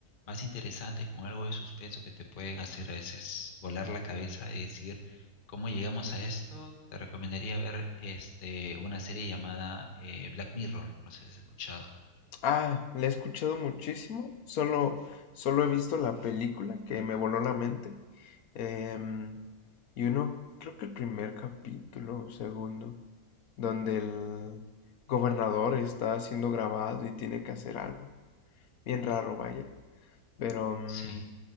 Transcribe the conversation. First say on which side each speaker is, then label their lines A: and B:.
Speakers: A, on the left; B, on the left.
A: más interesantes, con algo de suspenso que te pueden hacer a veces volar la cabeza y decir, ¿cómo llegamos a esto? Te recomendaría ver, este, una serie llamada eh, Black Mirror. No sé si has escuchado.
B: Ah, la he escuchado muchísimo, solo, solo he visto la película que me voló la mente. Em, y uno, creo que el primer capítulo o segundo. donde el gobernador está siendo grabado y tiene que hacer algo. Bien raro, vaya. Pero, mm,
A: Sí.